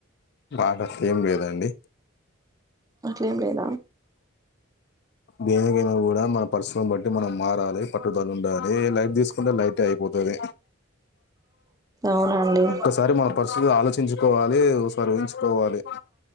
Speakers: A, on the left; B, on the right.
A: పాట ఏం లేదండి
B: అట్లేం లేద్
A: దేనికైనా గూడా మన పరిశ్రం బట్టి మనం మారాలే పట్టుదల ఉండా ఏ లైట్ దీసుకుంటే లైటే అయిపోతది
B: అవునండి
A: ఒక్కసారి మన పరిస్థితి ఆలోచించుకోవాలి ఓసారి ఊహించుకోవాలి